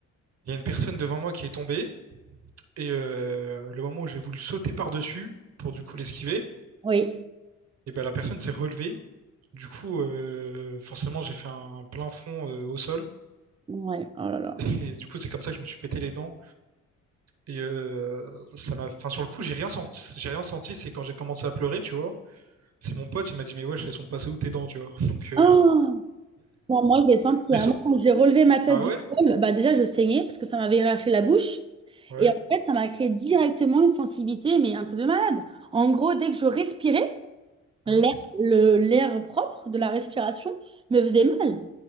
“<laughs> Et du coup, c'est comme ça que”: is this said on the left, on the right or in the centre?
Right